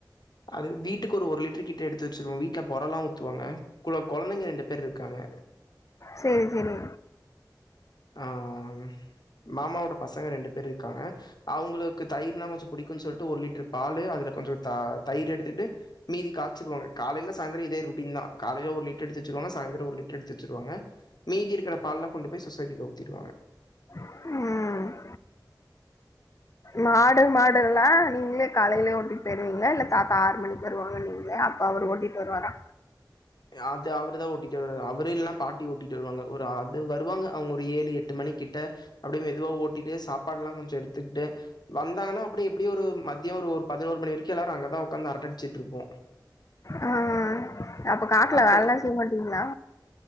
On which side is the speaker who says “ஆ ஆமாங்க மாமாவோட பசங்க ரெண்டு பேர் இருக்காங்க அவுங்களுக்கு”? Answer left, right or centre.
Left